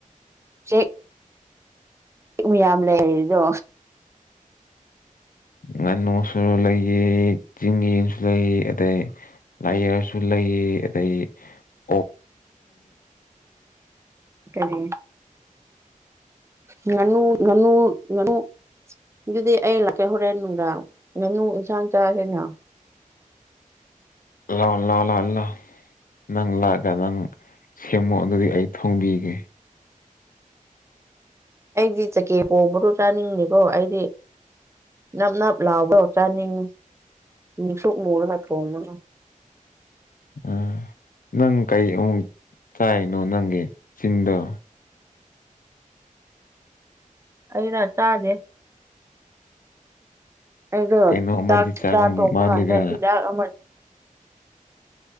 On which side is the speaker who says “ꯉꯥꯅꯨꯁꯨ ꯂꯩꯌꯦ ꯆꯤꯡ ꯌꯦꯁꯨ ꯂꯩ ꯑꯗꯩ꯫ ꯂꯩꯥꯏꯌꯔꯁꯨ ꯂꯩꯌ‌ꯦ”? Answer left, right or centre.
Left